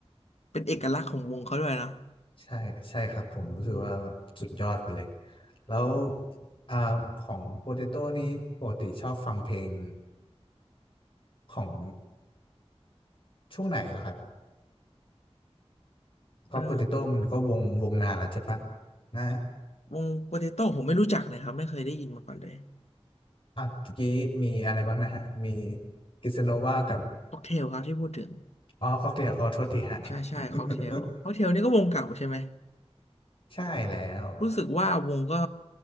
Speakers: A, on the left; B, on the left.
A: เป็นเอกลักษณ์ของวงเขาด้วยนะ
B: ใช่ใช่ครับผมรู้สึกว่าสุดยอดไปเลย
A: อืม
B: แล้วอ่าของโปเตโต้นี้ปกติชอบฟังเพลงของช่วงไหนเหรอครับเพราะโปเตโต้มันก็วงวงนานแล้วใช่ปะ
A: เอ่อ
B: นะ
A: วงโปเตโต้ผมไม่รู้จักเลยครับไม่เคยได้ยินมาก่อนเลย
B: อ่ะเมื่อกี้มีอะไรบ้างนะฮะมีกิสโนวากับ
A: ค็อกเทลครับที่พูดถึง
B: อ๋อค็อกเทลอ๋อโทษทีฮะ <laughs>
A: ใช่ใช่ค็อกเทลค็อกเทลนี่ก็วงเก่าใช่ไหม
B: ใช่แล้ว
A: รู้สึกว่าวงก็